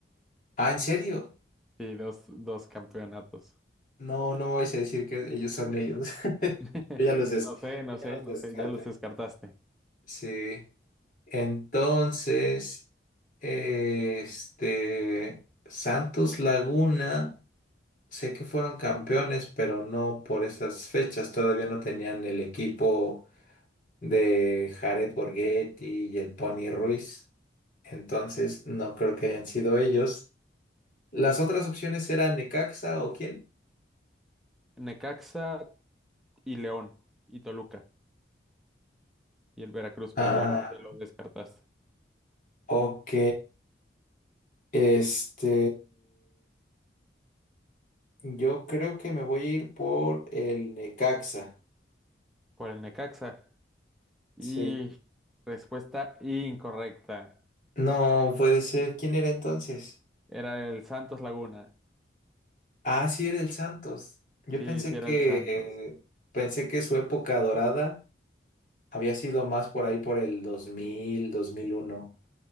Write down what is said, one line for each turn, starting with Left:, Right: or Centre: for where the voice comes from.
Left: Ah, ¿en serio?
Centre: Sí, dos, dos campeonatos.
Left: No, no me vais a decir que ellos son ellos. <laughs>
Centre: <laughs>
Left: Yo ya los, des-
Centre: No sé, no
Left: yo
Centre: sé,
Left: ya los
Centre: no
Left: descarté.
Centre: sé, ya los descartaste.
Left: Sí. Entonces, este Santos Laguna. Sé que fueron campeones, pero no por esas fechas. Todavía no tenían el equipo de Jared Borghetti y el Pony Ruiz. Entonces, no creo que hayan sido ellos. Las otras opciones eran Necaxa o quién.
Centre: Necaxa y León y Toluca y el Veracruz,
Left: Ah,
Centre: pero el Veracruz ya lo descartaste.
Left: ok. Este, yo creo que me voy a ir por el Necaxa.
Centre: Por el Necaxa. Y
Left: Sí.
Centre: respuesta incorrecta.
Left: No puede ser. ¿Quién era entonces?
Centre: Era el Santos Laguna.
Left: Ah, sí, era el Santos. Yo
Centre: Sí,
Left: pensé
Centre: sí,
Left: Sí.
Centre: era
Left: que
Centre: el Santos.
Left: pensé que su época dorada había sido más por ahí por el dos dos mil dos mil uno.